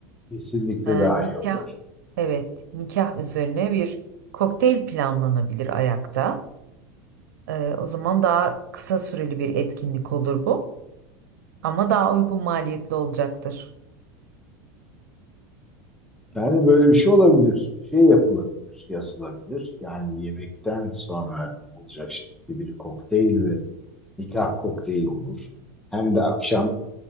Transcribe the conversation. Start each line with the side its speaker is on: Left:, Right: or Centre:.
Centre: kesinlikle
Right: Ee,
Centre: daha
Right: nikah,
Centre: iyi olur.
Right: evet, nikah üzerine bir kokteyl planlanabilir ayakta. Ee, o zaman daha kısa süreli bir etkinlik olur bu. Ama daha uygun maliyetli olacaktır.
Centre: Yani böyle bir şey olabilir. Şey yapılabilir, yazılabilir. Yani yemekten sonra olacak şekilde bir kokteyl ve nikah kokteyli olur. Hem de akşam